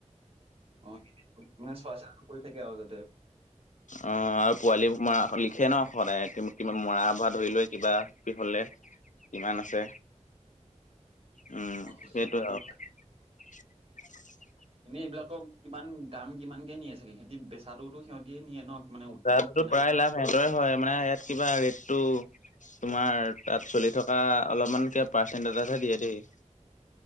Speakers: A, on the right; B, on the left.
A: অ ম চোৱাচ কৰি থাকে আৰু যাতে
B: অ আৰু পোৱালি মৰা লিখে ন সদায় কিমান মৰা ভৰা ধৰি লৈ কিবাি হলে কিমান আছে উম
A: অে
B: সেইটোৱে আৰু <inaudible>
A: এনেই এইবিলাকক কিমান দাম কিমানকে নিয়ে চাগে সিহঁতি বেচাটোতো সিহঁতিয়ে নিয়ে ন মানে উৎ-
B: চাহতো
A: কিনা
B: প্ৰায় লাভ সিহঁতৰে হয় মানে ইয়াত কিবা ৰেটটো তোমাৰ তাত চলি থকা অলপমানকে পাৰ্চেন্টজতহে দিয়ে দেই